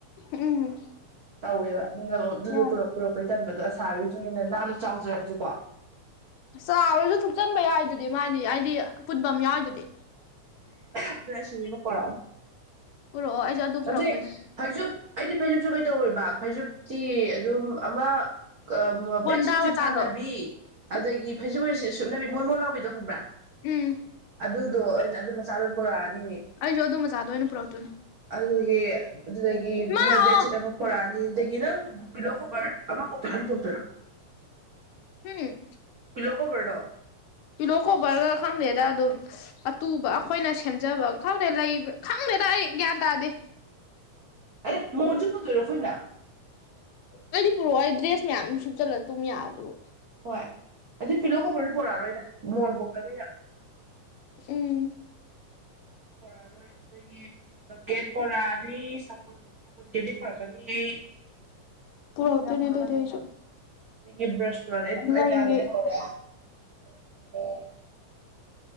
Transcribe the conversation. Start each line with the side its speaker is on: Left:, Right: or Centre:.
Left: ꯎꯝ
Right: ꯇꯧꯋꯦꯕ ꯑꯗꯨꯅ ꯑꯗꯨꯖꯨ
Left: ꯌꯥꯏ
Right: ꯄꯨꯔꯛ ꯄꯨꯔꯛꯄꯩ ꯇꯟꯕꯗꯣ ꯑꯁꯥꯔꯤꯖꯨꯒꯤꯅ ꯅꯥꯟꯅ ꯆꯥꯎꯖꯔꯖꯨꯀꯣ
Left: ꯆꯥꯎꯔꯖꯨ ꯊꯨꯞꯆꯟꯕ ꯌꯥꯏꯗꯨꯗꯤ ꯃꯥꯗꯤ ꯑꯩꯗꯤ ꯄꯨꯨꯟꯕꯝ ꯌꯥꯎꯏꯗꯨꯗꯤ
Right: ꯑꯗꯨ ꯑꯁꯤꯅꯦꯅ ꯄꯨꯔꯛꯑꯝꯅꯤ
Left: ꯄꯨꯔꯛꯑꯣ ꯑꯩꯁꯨ ꯑꯗꯨ ꯄꯨꯔꯛꯇꯣꯏꯅꯦ
Right: ꯑꯗꯨꯏ ꯐꯩꯖꯨꯞ ꯑꯩꯗꯤ ꯐꯩꯖꯨꯞꯖꯨ ꯀꯩꯗꯧꯔꯣꯏꯕ ꯐꯩꯖꯨꯞꯀꯤ ꯑꯗꯨꯝ ꯑꯃ ꯀꯃ
Left: ꯀꯣꯟꯗꯥ
Right: ꯕꯦꯠꯁꯤꯠꯁꯨ
Left: ꯃꯆꯥꯗꯣ
Right: ꯊꯥꯗꯕꯤ ꯑꯗꯒꯤ ꯐꯩꯖꯨꯞ ꯑꯣꯏ ꯁꯤ ꯁꯨꯞꯅꯕꯤ ꯃꯣꯟ ꯃꯣꯟ ꯂꯥꯎꯕꯤꯗꯣ ꯈꯪꯕ꯭ꯔꯥ
Left: ꯎꯝ
Right: ꯑꯗꯨꯗꯣ ꯑꯣꯏꯅ ꯑꯗꯨ ꯃꯆꯥ ꯗꯣ ꯄꯨꯔꯛꯑꯅꯤꯌꯦ
Left: ꯑꯩꯖꯨ ꯑꯗꯨ ꯃꯆꯥꯗꯣ ꯑꯣꯏꯅ ꯄꯨꯔꯛꯇꯣꯏꯅꯤ
Right: ꯑꯗꯨꯒꯤ ꯑꯗꯨꯗꯒꯤ
Left: ꯂꯥꯛꯑꯣ
Right: ꯕꯦꯠꯁꯤꯠ ꯑꯃ ꯄꯣꯔꯛꯑꯅꯤ ꯑꯗꯨꯗꯒꯤ ꯅꯪ ꯄꯤꯂꯣ ꯀꯣꯕ꯭ꯔ ꯑꯃꯥ ꯄꯨꯔꯛꯇꯣꯏꯔꯥ ꯑꯅꯤ ꯄꯨꯔꯛꯇꯣꯏꯔ
Left: ꯍꯨꯝ
Right: ꯄꯤꯂꯣ ꯀꯣꯕ꯭ꯔꯗꯣ
Left: ꯄꯤꯂꯣ ꯀꯣꯕ꯭ꯔꯒ ꯈꯪꯗꯦꯗ ꯑꯗꯨꯝ ꯑꯇꯨꯕ ꯑꯩꯈꯣꯏꯅ ꯁꯦꯝꯖꯕ ꯈꯪꯗꯦ ꯂꯩꯕ꯭ꯔꯥ ꯈꯪꯗꯦꯗ ꯑꯩ ꯒ꯭ꯌꯥꯟ ꯇꯥꯗꯦ
Right: ꯑꯦ ꯃꯣꯟꯖꯨ ꯄꯨꯗꯣꯏꯔꯣ ꯑꯩꯈꯣꯏꯅ
Left: ꯑꯩꯗꯤ ꯄꯨꯔꯛꯑꯣꯏ ꯗ꯭ꯔꯦꯁ ꯃꯌꯥꯝ ꯁꯨꯞꯆꯜꯂ ꯇꯨꯝ ꯌꯥꯕꯗꯨꯕꯨ
Right: ꯍꯣꯏ ꯑꯗꯨ ꯄꯤꯂꯣ ꯀꯣꯕ꯭ꯔꯖꯨ ꯄꯣꯔꯛꯑꯔꯣꯏꯗ ꯃꯣꯟ ꯄꯣꯛꯇꯝꯅꯤꯅ
Left: ꯎꯝ
Right: ꯄꯣꯔꯛꯑꯔꯣꯏ ꯑꯗꯒꯤ ꯕꯛꯀꯦꯠ ꯄꯣꯔꯛꯑꯅꯤ ꯁꯥꯄꯨꯟ ꯁꯥꯄꯨꯟ ꯀꯦꯞꯗꯤ ꯄꯣꯔꯛꯀꯅꯤ ꯑꯩ
Left: ꯄꯨꯔꯛꯇꯣꯏꯅꯦ ꯑꯗꯨꯗꯤ ꯑꯩꯁꯨ
Right: ꯑꯩꯒꯤ ꯕ꯭ꯔꯁꯄꯨꯔꯔꯦ ꯑꯩꯖꯨ
Left: ꯂꯩꯌꯦ
Right: ꯑꯩꯗꯤ ꯑꯗ ꯂꯩꯍꯧꯔꯦ <unintelligible>